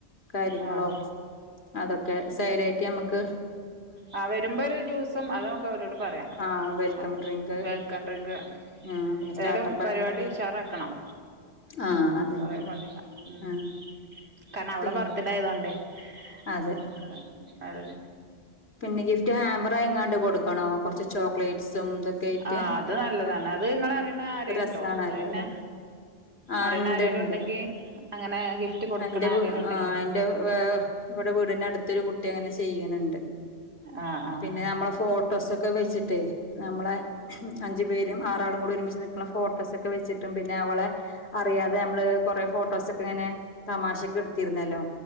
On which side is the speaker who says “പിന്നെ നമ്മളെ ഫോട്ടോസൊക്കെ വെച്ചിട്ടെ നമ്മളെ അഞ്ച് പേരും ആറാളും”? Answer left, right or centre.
Left